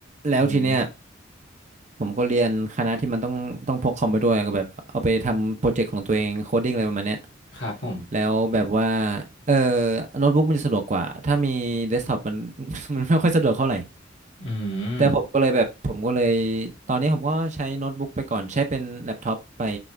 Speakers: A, on the right; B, on the left.
A: แล้วทีเนี้ย
B: อืม
A: ผมก็เรียนคณะที่มันต้องต้องพกคอมไปด้วยก็แบบเอาไปทำโปรเจกต์ของตัวเองโคดดิ้งอะไรประมาณเนี้ย
B: ครับผม
A: แล้วแบบว่า เออโน้ตบุ๊กมันจะสะดวกกว่า ถ้ามีเดสก์ท็อปมัน <laughs> มันไม่ค่อยสะดวกเท่าไหร่
B: อืม
A: แต่ผมก็เลยแบบผมก็เลยตอนนี้ผมก็ใช้โน้ตบุ๊กไปก่อน ใช้เป็นแล็ปท็อปไป